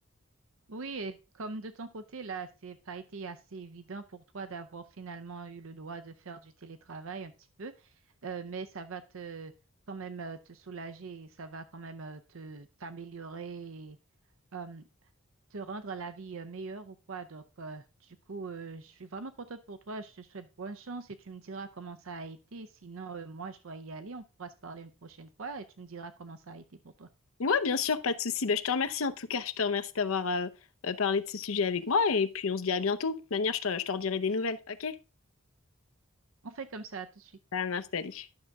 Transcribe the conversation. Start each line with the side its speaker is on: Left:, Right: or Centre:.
Right: Oui, et comme de ton côté, là, c'est pas été assez évident pour toi d'avoir finalement eu le droit de faire du télétravail un petit peu, euh, mais ça va te quand même euh, te soulager, et ça va quand même euh, te t'améliorer, et, euh, te rendre la vie euh, meilleure ou quoi. Donc, euh, du coup, euh, je suis vraiment contente pour toi. Je te souhaite bonne chance et tu me diras comment ça a été. Sinon, euh, moi, je dois y aller. On pourra se parler une prochaine fois et tu me diras comment ça a été pour toi.
Left: Ouais, bien sûr, pas de souci. Ben, je te remercie en tout cas. Je te remercie d'avoir euh, euh, parlé de ce sujet avec moi. Et puis, on se dit à bientôt. De toute manière, je te, je te redirai des nouvelles. Ok?
Right: On fait comme ça tout de suite.
Left: Ça marche, salut.